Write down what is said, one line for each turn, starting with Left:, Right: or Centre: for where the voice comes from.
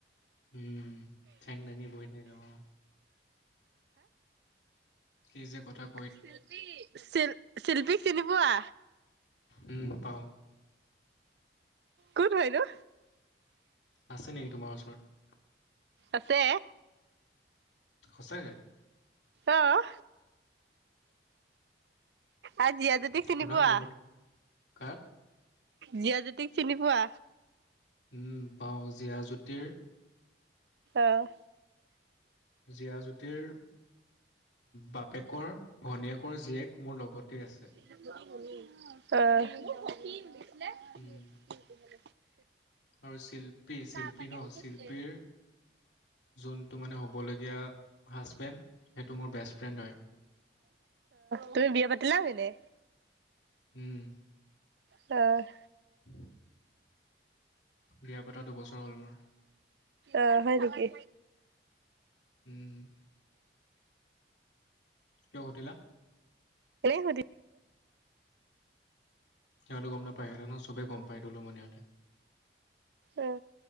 Left: উম ঠেং দাঙি বৈ থাকে অ'। কি যে কথা ক
Right: শিল্পী শিল্পীক চিনি পোৱা?
Left: উম পাওঁ।
Right: কোন হয়‌ নো।
Left: আছে নেকি তোমাৰ ওচৰত।
Right: আছে।
Left: সঁচাকে।
Right: অ'। আৰু জীয়া জ্যোতিক
Left: সোধা
Right: চিনি পোৱা
Left: মোৰ কথা কাক
Right: জীয়া জ্যোতিক চিনি পোৱা।
Left: উম পাওঁ জীয়া জ্যুোতিৰ
Right: অ
Left: জীয়া জ্যোতিৰ বাপেকৰ ভনীয়েকৰ জীয়েক মোৰ লগতে আছে।
Right: অ'।
Left: উম। আৰু শিল্পী শিল্পী
Right: এটাকে
Left: ন
Right: সুধিছিলে
Left: শিল্পীৰ যোনটো মানে হ'বলগীয়া হাজবেণ্ড সেইটো মোৰ বেষ্ট ফ্ৰেণ্ড হয়।
Right: তুমি বিয়া পাতিলা হনে।
Left: উম।
Right: অ'।
Left: <inaudible> বিয়া পাতা দুবছৰ হ'ল মোৰ।
Right: অ', হয় নেকি।
Left: উম। কিয় সুধিলা।
Right: সুধি
Left: সিহঁতে গম নাপায় সিহঁতে নয় চবে গম পায় তুলোমনি সিহঁতে।
Right: অ',